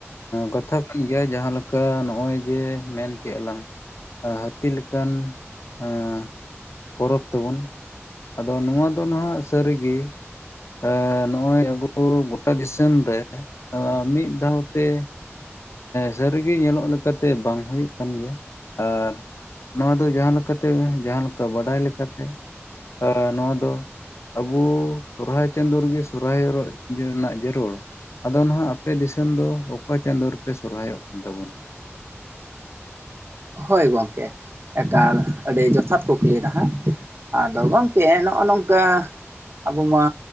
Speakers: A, on the left (about 70°); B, on the right (about 55°).
A: ᱠᱟᱛᱷᱚᱜ ᱜᱮᱭᱟ ᱡᱟᱦᱟᱸ ᱞᱮᱠᱟ ᱱᱚᱜᱼᱚᱭ ᱡᱮ ᱢᱮᱱ ᱠᱮᱜᱼᱟ ᱞᱟᱝ ᱾ ᱦᱟᱹᱛᱤ ᱞᱮᱠᱟᱱ ᱦᱟᱸ ᱯᱚᱨᱚᱵᱽ ᱛᱟᱵᱚᱱ, ᱟᱫᱚ ᱱᱚᱣᱟ ᱫᱚ ᱱᱟᱦᱟᱜ ᱥᱟᱹᱨᱤᱜᱮ ᱟ ᱱᱚᱜ ᱚᱭ ᱟᱵᱚ ᱜᱚᱴᱟ ᱫᱤᱥᱚᱢ ᱨᱮ, ᱢᱤᱫ ᱫᱷᱟᱣ ᱛᱮ ᱥᱟᱹᱨᱤᱜᱮ ᱧᱮᱞᱚᱜ ᱞᱮᱠᱟᱛᱮ ᱵᱟᱝ ᱦᱩᱭᱩᱜ ᱠᱟᱱ ᱜᱮᱭᱟ ᱟᱨ ᱱᱚᱣᱟ ᱫᱚ ᱡᱟᱦᱟᱸ ᱞᱮᱠᱟᱛᱮ ᱡᱟᱦᱟᱸ ᱞᱮᱠᱟ ᱵᱟᱰᱟᱭ ᱞᱮᱠᱟᱛᱮ ᱱᱚᱣᱟ ᱫᱚ, ᱟᱵᱩᱻ ᱥᱚᱦᱚᱨᱟᱭ ᱪᱟᱸᱫᱳ ᱨᱮᱜᱮ ᱾ ᱥᱚᱦᱚᱨᱟᱭ <unintelligible> ᱨᱮᱱᱟᱜ ᱡᱟᱹᱨᱩᱲ ᱟᱫᱚ ᱱᱟᱦᱟᱜ ᱟᱯᱮ ᱫᱤᱥᱚᱢ ᱫᱚ ᱚᱠᱟ ᱪᱟᱸᱫᱳ ᱨᱮᱯᱮ ᱥᱚᱦᱚᱨᱟᱭᱚᱜ ᱠᱟᱱ ᱛᱟᱵᱚᱱᱟ?
B: ᱦᱳᱭ ᱜᱚᱝᱠᱮ᱾ ᱮᱠᱟᱞ ᱟᱹᱰᱤ ᱡᱚᱛᱷᱟᱛ ᱠᱩᱠᱞᱤ ᱦᱟᱸᱜ, ᱟᱫᱚ ᱜᱚᱢᱠᱮ ᱱᱚᱜᱼᱚ ᱱᱚᱝᱠᱟ ᱟᱵᱚ ᱢᱟ